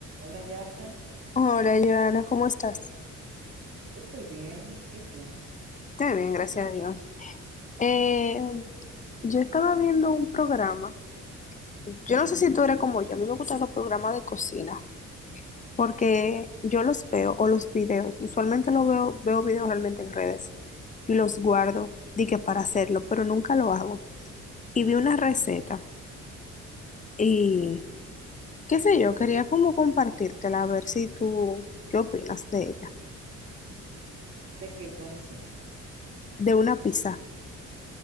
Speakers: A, on the right; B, on the left.
A: Hola, Jafre.
B: Hola, Joana, ¿cómo estás?
A: Estoy bien. ¿Y tú?
B: Estoy bien, gracias a Dios. Eh, yo estaba viendo un programa. Yo no sé si tú eres como yo. A mí me gustan los programas de cocina porque yo los veo o los videos. Usualmente los veo, veo videos realmente en redes y los guardo, di que para hacerlo, pero nunca lo hago. Y vi una receta y qué sé yo, quería como compartírtela a ver si tú, ¿qué opinas de ella?
A: ¿De qué es la receta?
B: De una pizza.